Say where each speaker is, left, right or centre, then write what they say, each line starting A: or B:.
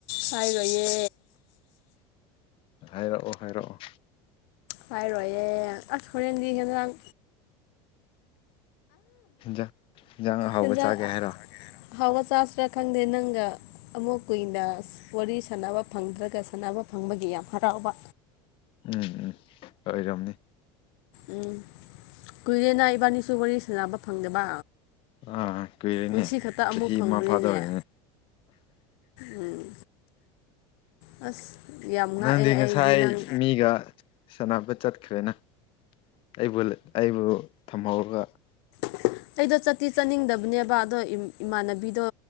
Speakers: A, on the left (about 65°); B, on the left (about 40°).
A: ꯍꯥꯏꯔꯣꯏꯌꯦ
B: ꯍꯥꯏꯔꯛꯑꯣ ꯍꯥꯏꯔꯛꯑꯣ
A: ꯍꯥꯏꯔꯣꯌꯦ ꯑꯁ ꯍꯣꯔꯦꯟꯗꯤ ꯍꯦꯟꯁꯥꯡ
B: ꯍꯦꯟꯖꯥꯡ ꯌꯦꯟꯖꯥꯡ ꯑꯍꯥꯎꯕ
A: ꯍꯦꯟꯖꯥꯡ
B: ꯆꯥꯒꯦ ꯍꯥꯏꯔꯣ
A: ꯍꯥꯎꯒ ꯆꯥꯁꯤꯔꯥ ꯈꯪꯗꯦ ꯅꯪꯒ ꯑꯃꯨꯛ ꯀꯨꯏꯅ ꯋꯥꯔꯤ ꯁꯥꯟꯅꯕ ꯐꯪꯗ꯭ꯔꯒ ꯀꯥꯟꯅꯕ ꯐꯪꯕꯒꯤ ꯌꯥꯝ ꯍꯔꯥꯎꯕ
B: ꯎꯝ ꯎꯝ ꯑꯣꯏꯔꯝꯅꯤ
A: ꯎꯝ ꯀꯨꯏꯔꯦꯅ ꯏꯕꯥꯅꯤꯁꯨ ꯋꯥꯔꯤ ꯁꯥꯟꯅꯕ ꯐꯪꯗꯕ
B: ꯑꯥ ꯀꯨꯏꯔꯦꯅꯦ
A: ꯉꯁꯤ ꯈꯛꯇ ꯑꯃꯨꯛ
B: ꯆꯍꯤ
A: ꯐꯪꯕꯅꯤꯅꯦ
B: ꯑꯃ ꯐꯥꯗꯧꯔꯤꯅꯦ
A: ꯎꯝ ꯑꯁ ꯌꯥꯝ
B: ꯑ
A: ꯉꯥꯛꯑꯦ
B: ꯅꯪꯗꯤ
A: ꯑꯩꯗꯤ
B: ꯉꯁꯥꯏ
A: ꯅꯪ
B: ꯃꯤꯒ ꯁꯥꯟꯅꯕ ꯆꯠ ꯆꯠꯈ꯭ꯔꯦꯅ ꯑꯩꯕꯨ ꯑꯩꯕꯨ ꯊꯝꯍꯧꯔꯒ
A: <inaudible> ꯑꯩꯗꯣ ꯆꯠꯇꯤ ꯆꯠꯅꯤꯡꯗꯕꯅꯦꯕ ꯑꯗꯣ ꯏꯃꯥꯟꯅꯕꯤꯗꯣ